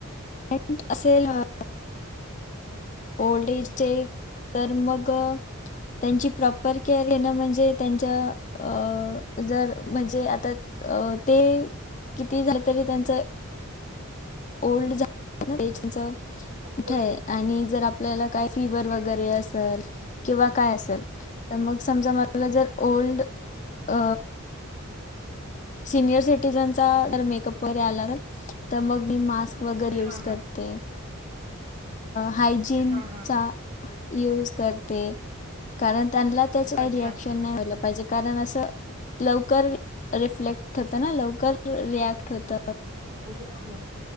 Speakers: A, on the left; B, on the right.
A: ं असेल अ ओल्ड एजचे तर मग. त्यांची प्रॉपर केअर येणं म्हणजे त्यांच्या अ जर म्हणजे आता ते किती झाल तरी त्यांच ओल्ड झा ते चंच
B: होय
A: कुठ आहे
B: होय
A: आणि जर आप आपल्याला काय फिवर वगैरे असेल किंवा काय असेल. तर मग समजा मला जर old uh senior citizen makeup वैे आला तर मग म मास् वग युज
B: हा
A: करते
B: हा
A: हायजीनचा
B: हा हा हा
A: यज करते कारण त्यांना त्याही
B: अच्छा
A: रिक्शन
B: अच्छा
A: नाही व्हायला पाहिजे. कारण असं लवकर रिफ्लेक्ट होतं ना लवकर रिॲक्ट होत.
B: हो हो